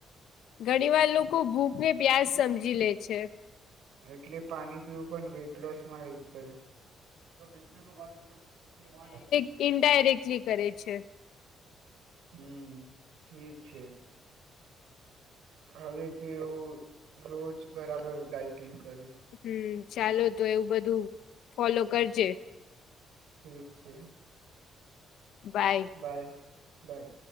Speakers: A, on the left; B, on the right.
A: ઘણી વાર લોકો ભૂખ ને પ્યાજ સમજી લે છે.
B: એટલે પાણી પીવું પણ વેઇટ લોસમાં હેલ્પ કરે જો બિસ્ ન બાજ તો વા
A: ઇન્ડાયરેક્ટલી કરે છે.
B: હમ ઠીક છે. હવે કે હું રોજ બરાબર ડઇટિંગ કરીશ
A: હમ ચાલો તો એવું બધું ફોલો કરજે
B: ઠીક છે.
A: Bye
B: bye by